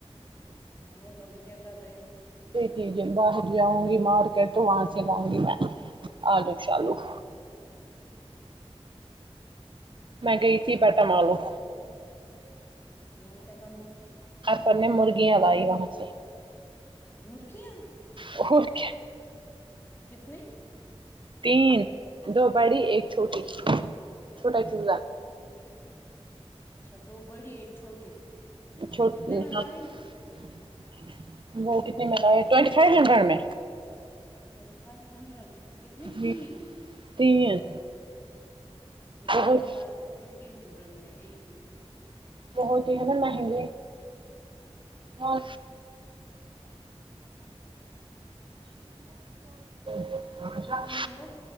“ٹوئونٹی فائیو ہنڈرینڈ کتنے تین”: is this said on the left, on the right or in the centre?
Left